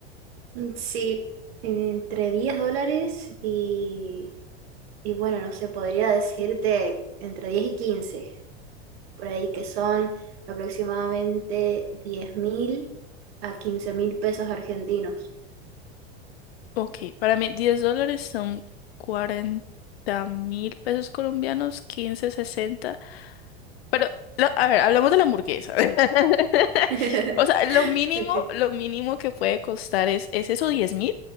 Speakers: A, on the right; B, on the left.
A: Mm, Sí, entre 10 dólares y, y bueno, no sé, podría decirte entre 10 y 15 por ahí que son aproximadamente diez mil a quince mil pesos argentinos.
B: Ok, para mí 10 dólares son cuarenta mil pesos colombianos, 15 60. Pero, lo- a ver, hablamos de la hamburguesa. <laughs>
A: <laughs>
B: O sea, lo mínimo,
A: Ok.
B: lo mínimo que puede costar es, ¿es eso diez mil?